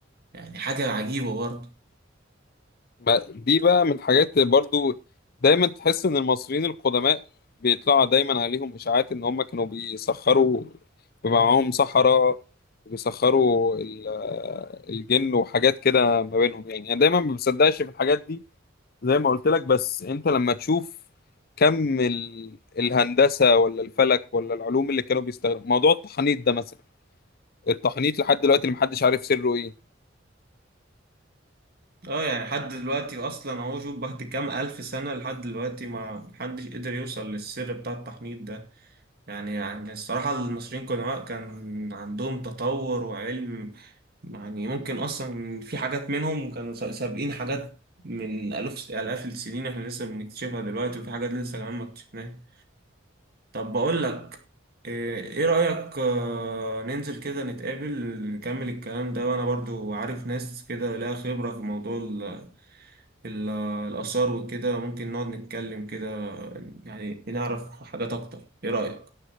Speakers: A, on the right (about 55°); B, on the left (about 50°).
A: يعني حاجة عجيبة برضه
B: ما دي بقى من الحاجات برضو دايما تحس ان المصريين القدماء بيطلع دايما عليهم اشاعات ان هم كانوا بيسخروا بيبقى معاهم سحرة وبيسخروا ال- الجن وحاجات كده ما بينهم يعني انا دايما ما بصدقش في الحاجات دي زي ما قلت لك بس انت لما تشوف كم ال- الهندسة ولا الفلك ولا العلوم اللي كانوا بيستخدموا موضوع التحنيط ده مثلا التحنيط لحد دلوقتي اللي محدش عارف سره ايه
A: اه يعني لحد دلوقتي اصلا اهو شوف بعد كام الف سنة لحد دلوقتي ما محدش قدر يوصل للسر بتاع التحنيط ده يعني يعني الصراحة المصريين قدماء كان عندهم تطور وعلم يعني ممكن أصلا في حاجات منهم كانوا سا- سابقين حاجات من آلاف آلاف السنين إحنا لسه بنكتشفها دلوقتي وفي حاجات لسه كمان ما اكتشفناها طب بقول لك إيه إيه رأيك آه، ننزل كده نتقابل نكمل الكلام ده وأنا برضو عارف ناس كده لها خبرة في موضوع ال- ال- الآثار وكده ممكن نقعد نتكلم كده يعني نعرف حاجات أكتر إيه رأيك؟